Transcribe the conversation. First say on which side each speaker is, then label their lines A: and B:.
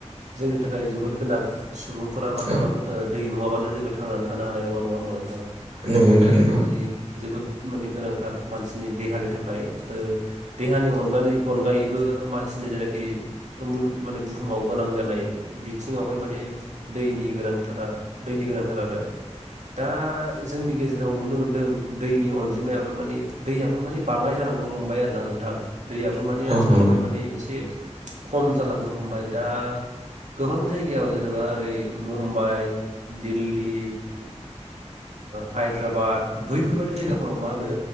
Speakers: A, on the right; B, on the right.
A: जोंनि थाखाय जोबोद गोनां सुबुं फुरा मा
B: नंगौ नोंथां औ
A: खालामो दै नङाबानो जोङो थांनानै थानो हानाय नङा नङा होमबा नोंथां
B: औ नंगौ नोंथां
A: दैयाबो
B: नंगौ
A: मानि जोबोद माने गोनांथार मानसिनि देहानि थाखाय ओ देहानि अनगानै अनगायैबो मानसिनि जेनाखि मुल माने बुहुमाव गोनां जानाय बिथिङावहाय माने दैनि गोनांथारा दैनि गोनांथार आरो दा जोंनि गेजेराव नुनो मोनदों दैनि अनजिमायाबो माने दैयाबो मानि बाङाय जाना दं हमबाय आरोना नोंथां दैयाबो माने
B: औ
A: आथिखालावहाय माने
B: नंगौ
A: एसे खम जालांनो हमबाय दा गोबां जायगायाव जेनेबा ओरै मुम्बाइ दिल्ली हायद्राबाद बैफोरबादि
B: औ
A: जायगाफोराव मा होनो